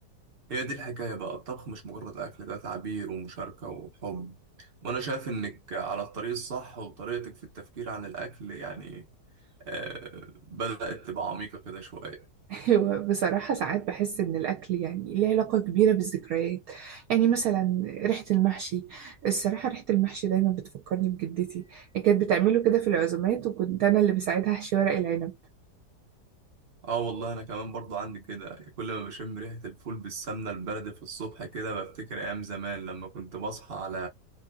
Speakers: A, on the right; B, on the right.
A: هي دي الحكاية بقى الطبخ مش مجرد اكل ده تعبير ومشاركة وحب وانا شايف انك على الطريق الصح وطريقتك في التفكير عن الاكل يعني آه بدأت تبقى عميقة كده شوية
B: هو بصراحة ساعات بحس إن الأكل يعني ليه علاقة كبيرة بالذكريات يعني مثلا ريحة المحشي الصراحة ريحة المحشي دايما بتفكرني بجدتي هي كانت بتعمله كده في العزومات وكنت أنا اللي بساعدها أحشي ورق العنب
A: اه والله انا كمان برضو عندي كده كل ما بشم ريحة الفول بالسمنة البلدي في الصبح كده بفتكر ايام زمان لما كنت بصحى على